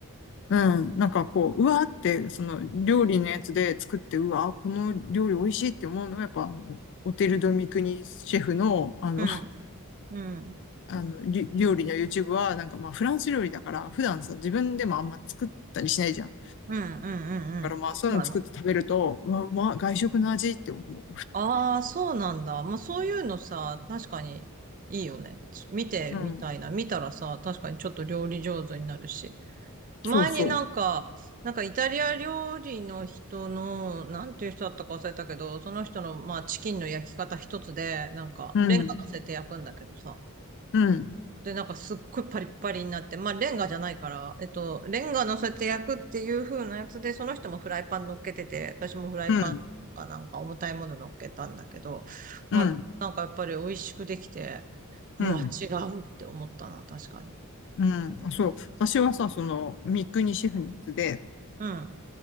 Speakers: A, on the left; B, on the right.
A: うん。なんかこう、うわーって、その料理のやつで作って、うわー、この料理美味しいって思うのは、やっぱ、あのオテル・ド・ミクニシェフの、あの、
B: うん、
A: <laughs>
B: うん、うん、
A: あの、り料理の YouTube は、なんかまあ、フランス料理だから、普段さ、自分でもあんま作ったりしないじゃん。だ
B: うん、うん、
A: からまあ、
B: うん。
A: そういうの作って食べると、
B: そうだね。
A: うわ、うまい、外食の味って思う。
B: ああ、そうなんだ。まあそういうのさ、確かにいいよね。見てみたいな。
A: うん。
B: 見たらさ、確かにちょっと料理上手になるし。前になんか、
A: そうそ
B: なんかイタリア料理の人の、なんていう人だったか忘れたけど、その人の、まあ、チキンの焼き方一つで、なんか、
A: う。
B: レンガ乗せて焼くんだけどさ。
A: うん。うん。
B: で、なんかすっごいパリッパリになって、まあ、レンガじゃないから、えっと、レンガ乗せて焼くっていう風なやつで、その人もフライパン乗っけてて、私もフライパンとかなんか重たいもの乗っけたんだけど、
A: うん。
B: まあ、
A: うん。
B: なんかやっぱり美味しくできて、うわ、
A: うん。
B: 違うって思ったな、確かに。
A: うん。あそう。私はさ、その、ミクニシェフのやつで、
B: うん、